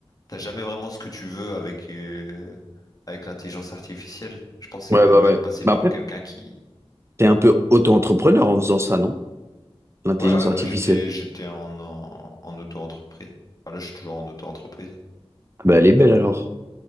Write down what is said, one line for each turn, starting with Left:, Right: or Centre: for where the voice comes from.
Left: T'as jamais vraiment ce que tu veux avec, euh, avec l'intelligence artificielle. Je pense que
Right: Ouais,
Left: c'est quand
Right: bah
Left: même mieux
Right: ouais.
Left: de passer
Right: Mais
Left: par
Right: après,
Left: quelqu'un qui.
Right: t'es un peu auto-entrepreneur en faisant ça, non? L'intelligence
Left: Ouais, ouais,
Right: artificielle.
Left: bah j'étais j'étais en, en, en auto-entreprise. Enfin, là, je suis toujours en auto-entreprise.
Right: Bah elle est belle alors.